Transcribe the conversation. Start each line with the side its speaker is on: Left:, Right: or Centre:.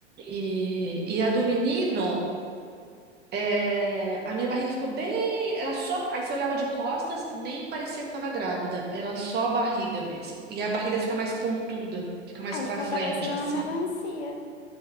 Right: E, e a do menino, é, a minha barriga ficou bem. Era só. Aí você olhava de costas, nem parecia que estava grávida. Era só a barriga mesmo. E a barriga fica mais pontuda, fica mais
Left: aí
Right: pra
Left: fica
Right: frente,
Left: parecendo
Right: assim.
Left: uma melancia.